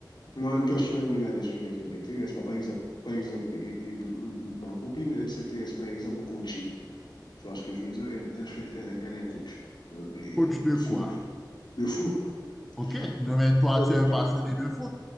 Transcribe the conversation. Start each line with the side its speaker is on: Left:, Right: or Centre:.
Left: Moi, personnellement, il y a des sujets qui m'intéressent. pas. Par exemple, par exemple et- et m- m- ma copine, elle s'intéresse par exemple au coaching. Tu vois ce que je veux dire? Elle, elle fait, elle, elle est coach. Euh, Et,
Centre: Coach
Left: et,
Centre: de
Left: full-
Centre: quoi?
Left: de foot.
Centre: OK, non,
Left: Donc,
Centre: mais toi,
Left: donc,
Centre: tu es un
Left: donc,
Centre: passionné de foot.